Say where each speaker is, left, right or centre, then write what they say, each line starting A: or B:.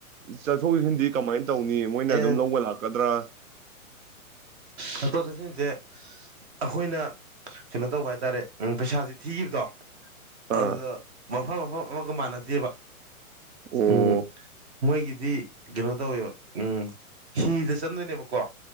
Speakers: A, on the right; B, on the right.
A: ꯆꯠꯊꯣꯛ ꯁꯤꯟꯗꯤ ꯀꯃꯥꯏꯅ ꯇꯧꯅꯤ ꯃꯣꯏꯅ
B: ꯑꯦ
A: ꯑꯗꯨꯝ ꯂꯧꯕ ꯂꯥꯛꯀꯗ꯭ꯔꯥ
B: ꯆꯠꯊꯣꯛ ꯆꯠꯁꯤꯟꯁꯦ ꯑꯈꯣꯏꯅ ꯀꯩꯅꯣ ꯇꯧꯕ ꯍꯥꯏꯇꯥꯔꯦ ꯄꯩꯁꯥꯥꯖꯦ ꯊꯤꯒꯤꯕꯗꯣ
A: ꯑꯥ
B: ꯑꯗꯨꯗ ꯃꯐꯝ ꯑꯃꯒꯥ ꯑꯃꯒ ꯃꯥꯟꯅꯗꯦꯕ
A: ꯑꯣ
B: ꯎꯝ ꯃꯣꯏꯒꯤꯗꯤ ꯀꯩꯅꯣ ꯇꯧꯋꯦꯕ ꯎꯝ ꯍꯤꯗ ꯆꯪꯗꯣꯏꯅꯦꯕꯀꯣ